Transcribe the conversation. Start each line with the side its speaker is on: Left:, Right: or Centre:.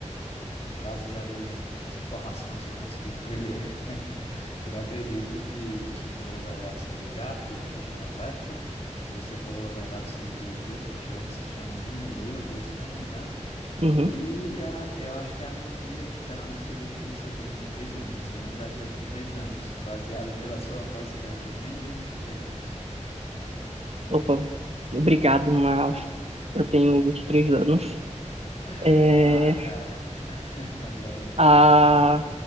Left: Baseado aí no que- nas informações que eu consegui colher, <laughs> eu acredito que você falou a verdade sobre o gato, que se chama Beto, que você falou a verdade sobre os dois cachorros que se chamam Nina e Lula, duas fêmeas, né?
Right: Uhum.
Left: E a, eu acho que a mentira, então, seria que você tem vinte e três anos. Você não deve ter 23 anos. Baseado pela sua voz, você deve ter menos de 23 anos.
Right: Opa, obrigado, mas eu tenho 23 anos.
Left: <laughs>
Right: É,
Left: Ah, cara. <laughs> Droga.
Right: a,